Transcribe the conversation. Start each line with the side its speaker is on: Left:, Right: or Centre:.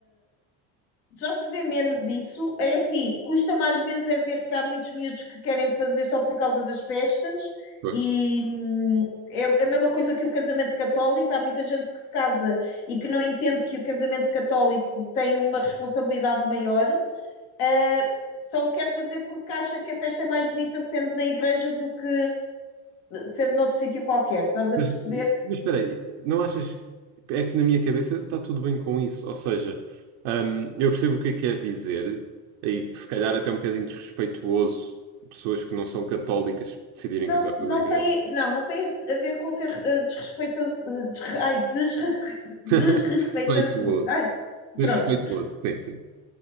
Left: já se vê menos isso. É assim, custa mais vezes é ver que há muitos miúdos que querem fazer só por causa das festas
Right: Pois.
Left: e hum, é é a mesma coisa que o casamento católico. Há muita gente que se casa e que não entende que o casamento católico tem uma responsabilidade maior. ah, só o quer fazer porque acha que a festa é mais bonita sendo na igreja do que sendo noutro sítio qualquer, estás a
Right: Mas,
Left: perceber?
Right: mas espera aí, não achas. É que na minha cabeça está tudo bem com isso. Ou seja, hum, eu percebo o que é que queres dizer, e que se calhar até é um bocadinho desrespeituoso pessoas que não são católicas decidirem
Left: Não,
Right: casar pela
Left: não
Right: igreja.
Left: tem, não, não tem a ver com ser eh, desrespeitoso, eh, desre- ai, desre, <laughs>
Right: <laughs>
Left: desrespeitoso,
Right: Respeituoso.
Left: ai,
Right: Desrespeituoso.
Left: pronto.
Right: Sim, sim.